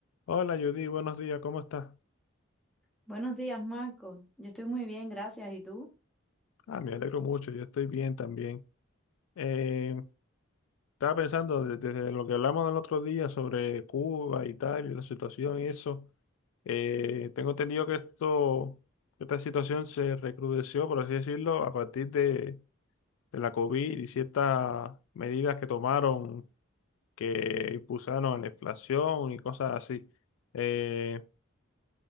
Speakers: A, on the left (about 80°); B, in the centre.
A: Hola Judy, buenos días, ¿cómo estás?
B: Buenos días, Marco. Yo estoy muy bien, gracias. ¿Y tú?
A: Ah, me alegro mucho, yo estoy bien también. Eh, estaba pensando de- desde lo que hablamos el otro día sobre Cuba y tal, y la situación y eso. eh, tengo entendido que esto, esta situación se recrudeció, por así decirlo, a partir de, de la COVID y ciertas medidas que tomaron que impulsaron a la inflación y cosas así. Eh,